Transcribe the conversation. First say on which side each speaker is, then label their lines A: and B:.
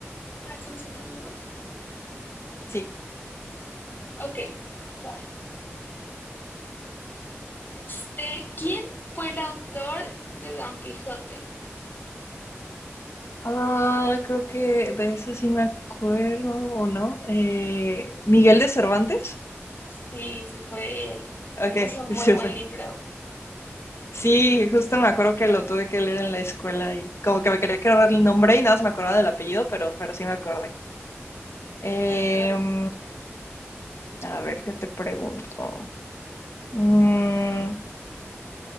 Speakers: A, on the left (about 45°); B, on the left (about 70°).
A: ¿Verdad? Son los que ponen huevos.
B: Sí.
A: Ok, va. Este, ¿quién fue el autor de Don Quijote?
B: Ah, creo que de eso sí me acuerdo, ¿o no? Eh, ¿Miguel de Cervantes?
A: Sí, sí, fue él.
B: Ok,
A: Ese es un
B: <laughs>
A: muy
B: súper.
A: buen libro.
B: Sí, justo me acuerdo que lo tuve que leer en la escuela y como que me quería quedar el nombre y nada más me acordaba del apellido, pero, pero sí me acordé. Em,
A: Sí, yo-
B: a ver, ¿qué te pregunto? Mm,